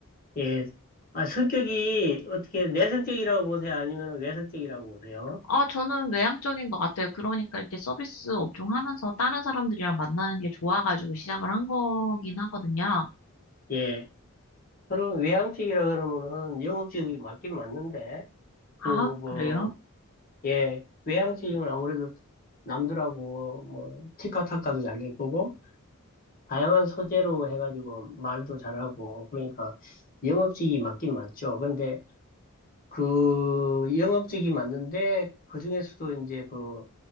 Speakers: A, on the left (about 40°); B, on the left (about 80°).
A: 예. 아, 성격이 어떻게 내성적이라고 보세요? 아니면 외성적이라고 보세요?
B: 아, 저는 외향적인 것 같아요. 그러니까 이렇게 서비스 업종 하면서 다른 사람들이랑 만나는 게 좋아가지고 시작을 한 거긴 하거든요.
A: 예. 그럼 외향적이라 그러면은 영업직이 맞긴 맞는데 그
B: 아,
A: 뭐,
B: 그래요?
A: 예, 외향적이면 아무래도 남들하고 뭐 티카타카도 잘 될 거고 다양한 소재로 해가지고 말도 잘하고 그러니까 영업직이 맞긴 맞죠. 근데 그 영업직이 맞는데 그중에서도 이제 그